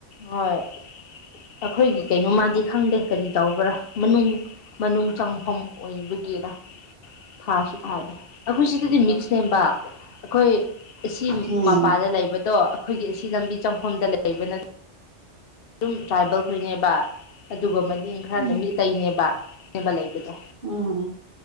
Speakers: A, on the left; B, on the right.
A: ꯍꯣꯏ ꯑꯩꯈꯣꯏꯒꯤ ꯀꯩꯅꯣꯃꯗꯤ ꯈꯪꯗꯦ ꯀꯔꯤ ꯇꯧꯕ꯭ꯔꯥ ꯃꯅꯨꯡ ꯃꯅꯨꯡ ꯆꯪꯐꯝ ꯑꯣꯏꯕꯒꯤꯔ ꯊꯥꯁꯨ ꯊꯥꯗꯦ ꯑꯩꯈꯣꯏ ꯁꯤꯗꯗꯤ ꯃꯤꯛꯁ ꯁꯦꯝꯕ ꯑꯩꯈꯣꯏ ꯑꯁꯤ
B: ꯎꯝ
A: ꯃꯄꯥꯟꯗ ꯂꯩꯕꯗꯣ ꯑꯩꯈꯣꯏꯒꯤ ꯑꯁꯤ ꯂꯝꯕꯤ ꯆꯪꯐꯝꯗ ꯂꯩꯕꯅ ꯑꯗꯨꯝ ꯇ꯭ꯔꯥꯏꯕꯦꯜ ꯈꯣꯏꯅꯦꯕ ꯑꯗꯨꯒ ꯃꯅꯤꯡ ꯈꯔꯅ
B: ꯎꯝ
A: ꯃꯤꯇꯩꯅꯦꯕ ꯅꯦꯕ ꯂꯩꯕꯗꯣ
B: ꯎꯝ